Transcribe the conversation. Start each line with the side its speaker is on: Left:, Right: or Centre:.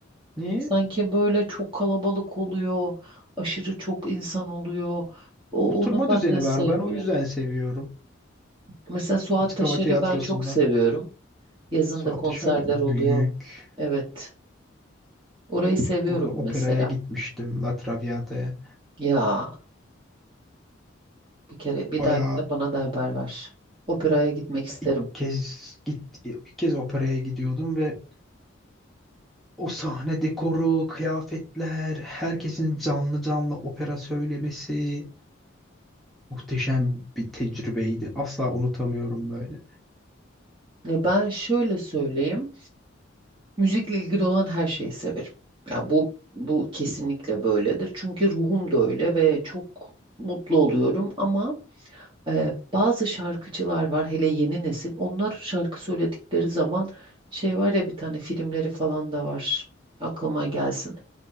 Centre: Niye?
Right: Sanki böyle çok kalabalık oluyor, aşırı çok insan oluyor. O,
Centre: Oturma
Right: onu ben
Centre: düzeni
Right: de sevmiyorum.
Centre: var. Ben o yüzden seviyorum.
Right: Mesela Suat
Centre: Açık
Right: Taşer'i
Centre: Hava Tiyatrosu'nda.
Right: ben çok seviyorum. Yazın
Centre: Suat
Right: da konserler
Centre: Yaşar büyük.
Right: oluyor. Evet. Orayı seviyorum
Centre: Orada operaya
Right: mesela.
Centre: gitmiştim. La Traviata'ya.
Right: Ya bir kere bir
Centre: Baya
Right: dahakine bana da haber ver. Operaya gitmek isterim.
Centre: ilk kez git ilk kez operaya gidiyordum ve O sahne dekoru, kıyafetler, herkesin canlı canlı opera söylemesi muhteşem bir tecrübeydi. Asla unutamıyorum böyle.
Right: E ben şöyle söyleyeyim. Müzikle ilgili olan her şeyi severim. Ya bu bu kesinlikle böyledir. Çünkü ruhum da öyle ve çok mutlu oluyorum ama e, bazı şarkıcılar var hele yeni nesil. Onlar şarkı söyledikleri zaman şey var ya bir tane filmleri falan da var. Aklıma gelsin.